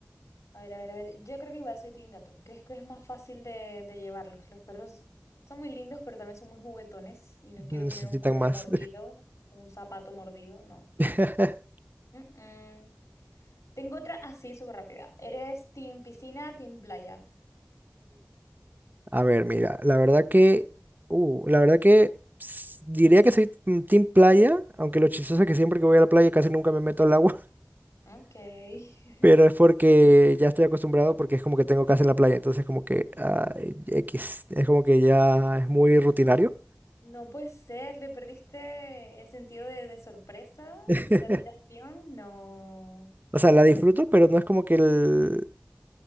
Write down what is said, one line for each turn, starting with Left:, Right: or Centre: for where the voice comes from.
Left: A ver, a ver, a ver. Yo creo que igual soy team gato. ¿Crees que es más fácil de, de llevarlos? Los perros son muy lindos, pero también son muy juguetones y no quiero
Right: Necesitan
Left: tener un mueble
Right: más.
Left: mordido, un zapato mordido, no.
Right: <laughs>
Left: Mm, mm. Tengo otra así súper rápida. ¿Eres team piscina, team playa?
Right: A ver, mira, la verdad que, uh, la verdad que s- diría que soy mm, team playa, aunque lo chistoso es que siempre que voy a la playa casi nunca me meto al agua,
Left: Ok. <laughs>
Right: <laughs> pero es porque ya estoy acostumbrado porque es como que tengo casa en la playa, entonces como que ah, X, es como que ya es muy rutinario.
Left: No puede ser, le perdiste el sentido de, de sorpresa,
Right: <laughs>
Left: de admiración. No.
Right: O sea, la disfruto, pero no es como que el...